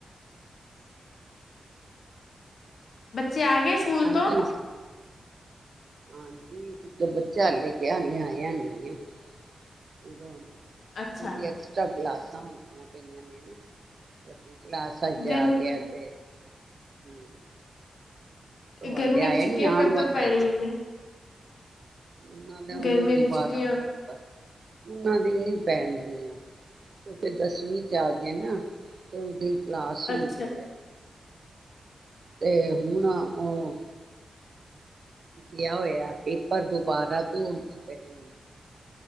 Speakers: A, on the left; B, on the right.
A: ਬੱਚ ਚੇ ਆ ਗਏ ਸਕੂਲ
B: ਹਾਂਜੀ
A: ਤੋਂ।
B: ਹਾਂਜੀ, ਇੱਕ ਬੱਚਾ ਹਲੇ ਗਿਆ ਹਲੇ ਆਇਆ ਨਹੀਂ ਆ। <unintelligible>
A: ਅੱਛਾ
B: ਉਹਦੀ ਐਕਸਟ੍ਰਾ ਕਲਾਸ। <unintelligible> ਹੁੰਦੀਆਂ ਪਈਆਂ ਨੇ ਨਾ ਵੱਡੀ <unintelligible>
A: ਗਰਮ ਤੇ
B: ਉਹ ਹਾਲੇ
A: ਗਰਮੀਆਂ
B: ਆਇਆ
A: ਦੀ ਛੁੱਟੀਆਂ
B: ਨੀ ਆਉਣ
A: ਕਦੋਂ
B: ਵਾਲਾ
A: ਪੈੜੀਆਂ
B: ਹੀ ਆ
A: ਨੇ।
B: ਉਹਨਾਂ ਦਾ ਹੁਣ
A: ਗਰਮੀਆਂ
B: ਦੁਬਾਰਾ
A: ਦੀ ਛੁੱਟੀਆਂ
B: ਪੇਪਰ ਉਹਨਾਂ ਦੀ ਨੀ ਪੈਣ ਗਈਆਂ ਕਿਉਂਕਿ ਦਸਵੀਂ ਚ ਆ ਗਏ ਨਾ ਤੇ ਉਹਦੀ। ਕਲਾਸ ਹੁੰਦੀ
A: ਅੱਛਾ
B: ਐ। ਤੇ ਹੁਣ ਉਹ ਗਿਆ ਹੋਇਆ ਇੱਕ ਪਰ ਦੁਬਾਰਾ ਤੇ ਹੁੰਦੇ ਪਏ ਨੇ।